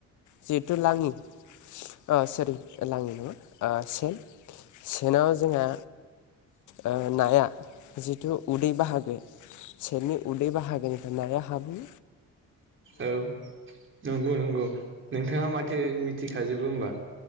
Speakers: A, on the left (about 80°); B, on the right (about 40°).
A: जिहेथु लाङि ओ सोरि लाङि नङा सेन, सेनाव जोंहा ओ नाया जिथु उदै बाहागो सेननि उदै बाहागोनिफ्राय नाया हाबो।
B: औ नंगौ नंगौ। नोंथाङा माथो मिथिखाजोबो होमबा?